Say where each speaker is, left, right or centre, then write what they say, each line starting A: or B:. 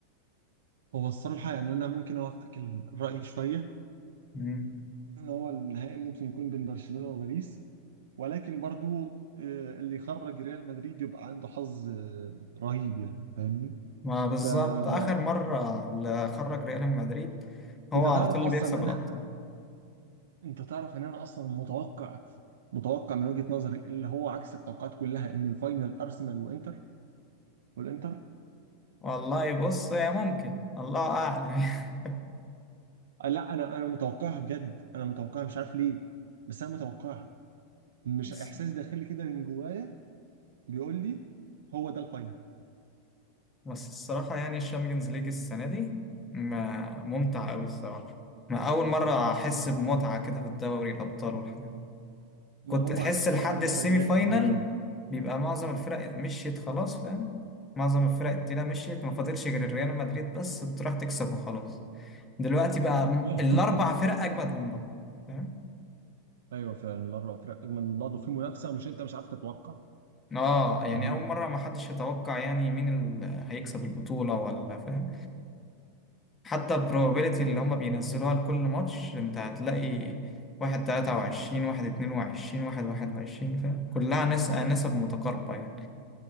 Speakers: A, on the right (about 75°); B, on the left (about 20°).
A: هو الصراحة يعني أنا ممكن أوافقك الرأي شوية
B: مم.
A: إن هو النهائي ممكن يكون بين برشلونة وباريس ولكن برضو آه، اللي يخرج ريال مدريد يبقى عنده حظ آه، رهيب يعني فاهمني؟
B: ما بالظبط
A: فأنت
B: آخر مرة اللي خرج ريال مدريد هو على
A: تعرف
B: طول اللي
A: أصلا
B: بيكسب
A: إن أنا
B: الأبطال
A: أنت تعرف إن أنا أصلا متوقع متوقع من وجهة نظري اللي هو عكس التوقعات كلها إن الفاينل أرسنال وإنتر والانتر
B: والله بص هي ممكن الله أعلم <laughs>
A: آه، لا انا انا متوقعها بجد انا متوقعها مش عارف ليه بس انا متوقعها مش
B: بس
A: احساس داخلي كده من جوايا بيقول لي هو ده الفاينل
B: بس الصراحة يعني الشامبيونز ليج السنة دي ما ممتع أوي الصراحة ما أول مرة أحس بمتعة كده في الدوري الأبطال والحاجات
A: ما
B: كنت
A: هو
B: تحس
A: عشان
B: لحد
A: خرج بره
B: السيمي
A: الريال
B: فاينال
A: الريال
B: بيبقى معظم الفرق مشيت خلاص فاهم معظم الفرق التقيلة مشيت ما فاضلش غير الريال مدريد بس بتروح تكسب وخلاص دلوقتي بقى م-
A: <laughs>
B: الأربع فرق أجمد من بعض فاهم
A: ايوه فعلا الاربع فرق اجمل من بعض وفي منافسه مش انت مش عارف تتوقع
B: اه يعني
A: فاهمني
B: أول مرة ما حدش يتوقع يعني مين اللي هيكسب البطولة ولا فاهم حتى البروبابيلتي اللي هما بينزلوها لكل ماتش انت هتلاقي واحد تلاتة وعشرين واحد اتنين وعشرين واحد واحد وعشرين فاهم كلها نس- نسب متقاربة يعني